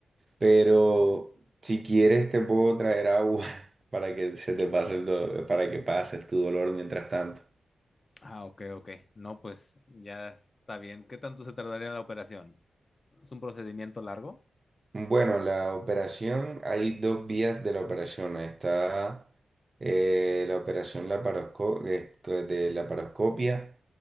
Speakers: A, on the right (about 35°); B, on the left (about 35°).
A: Pero
B: Ok.
A: si quieres te puedo traer agua <laughs> para que se te pase el do- para que pases tu dolor mientras tanto.
B: Ah, ok, ok. No, pues ya está bien. ¿Qué tanto se tardaría la operación? ¿Es un procedimiento largo?
A: Bueno, la operación, hay dos vías de la operación. Está eh, la operación laparosco- eh, co- de laparoscopia.